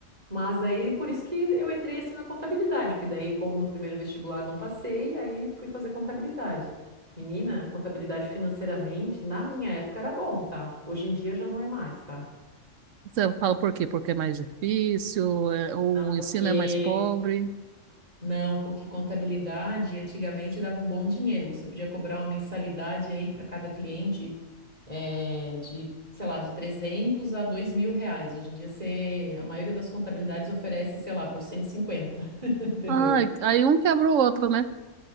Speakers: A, on the right; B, on the right.
A: Mas aí por isso que eu entrei assim na contabilidade, porque daí, como no primeiro vestibular não passei, aí fui fazer contabilidade. Menina, contabilidade financeiramente, na minha época era bom, tá? Hoje em dia já não é mais, tá?
B: Você fala por quê? Porque é mais difícil, é- o
A: Não, porque
B: ensino é mais pobre.
A: Não, porque contabilidade antigamente dava um bom dinheiro. Você podia cobrar uma mensalidade aí para cada cliente eh, de, sei lá, de trezentos a dois mil reais. Hoje em dia você, a maioria das contabilidades oferece, sei lá, por 150. <laughs> entendeu?
B: Ai, aí um quebra o outro, né?